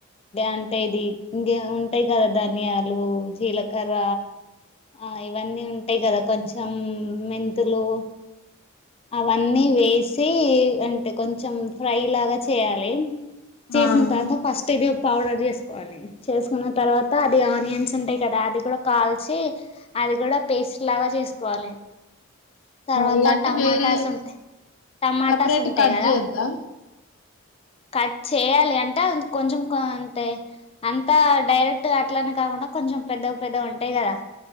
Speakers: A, on the left; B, on the left.
A: అంటే ఇది ఇంక ఉంటాయి కదా ధనియాలు జీలకర్ర ఆ ఇవన్నీ ఉంటాయి కదా కొంచెం మెంతులు అవన్నీ
B: అవును.
A: వేసి అంటే కొంచెం ఫ్రై లాగా చేయాలి చేసిన
B: ఆ
A: తర్వాత ఫస్ట్ తిరి పౌడర్ చేసుకోవాలి చేసుకున్న తర్వాత అది ఆనియన్స్ ఉంటాయి కదా అది కూడా కాల్చి అది కూడా పేస్ట్ లాగా చేసుకోవాలి తర్వాత
B: ఇగంటే
A: టమాటాస్
B: వేరే
A: ఉంటాయి టమాటాస్
B: సపరేట్
A: ఉంటాయి
B: గా కట్
A: కదా
B: చేద్దా
A: కట్ చేయాలి అంటే కొంచెం అంతే అంతా డైరెక్ట్గా అట్లానే కాకుండా కొంచెం పెద్దగ పెద్దగ ఉంటాయి కదా